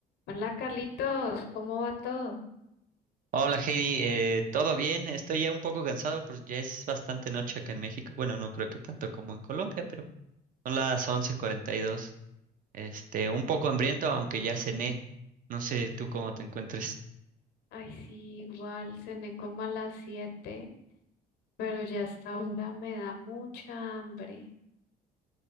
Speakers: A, on the left; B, on the right.
A: Hola Carlitos, ¿cómo va todo?
B: Hola Heidi, eh, ¿todo bien? Estoy ya un poco cansado, pues ya es bastante noche acá en México. Bueno, no creo que tanto como en Colombia, pero son las once cuarenta y dos. Este, un poco hambriento, aunque ya cené. No sé tú cómo te encuentres.
A: Ay, sí, igual, cené como a las 7, pero ya hasta ahora me da mucha hambre.